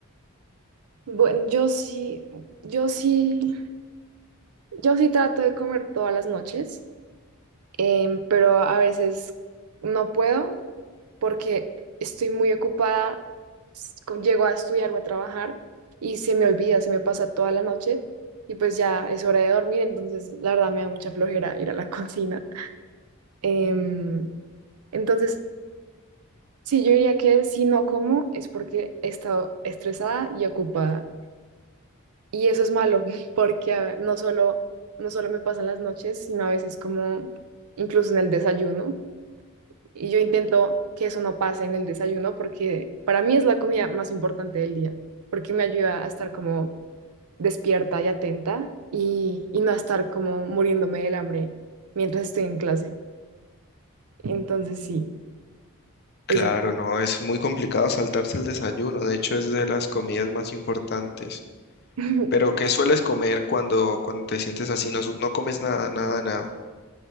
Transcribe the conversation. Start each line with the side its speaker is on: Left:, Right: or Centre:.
Right: Bueno, yo sí, yo sí, yo sí trato de comer todas las noches, em, pero a veces no puedo porque estoy muy ocupada, s- co- llego a estudiar o a trabajar y se me olvida, se me pasa toda la noche y pues ya es hora de dormir, entonces la verdad me da mucha flojera ir a la <laughs> cocina. Em, entonces... Sí, yo diría que si no como es porque he estado estresada y ocupada. Y eso es malo, <laughs> porque a ver, no solo, no solo me pasan las noches, sino a veces como incluso en el desayuno. Y yo intento que eso no pase en el desayuno porque para mí es la comida más importante del día, porque me ayuda a estar como despierta y atenta y, y no a estar como muriéndome del hambre mientras estoy en clase. Entonces sí,
Left: Claro,
Right: eso.
Left: no, es muy complicado saltarse el desayuno. De hecho, es de las comidas más importantes.
Right: <laughs>
Left: Pero, ¿qué sueles comer cuando, cuando te sientes así? No, su- no comes nada, nada, nada.